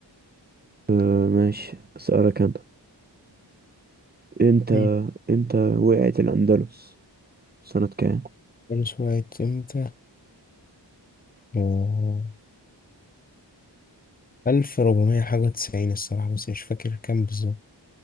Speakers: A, on the right; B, on the left.
A: أه ماشي أسألك أنا إمتى
B: مم.
A: إمتى وقعت الأندلس سنة كام؟
B: فارس وقعت امتى؟ أوه. ألف ربعمية حاجة وتسعين الصراحة بس مش فاكر كام بالظبط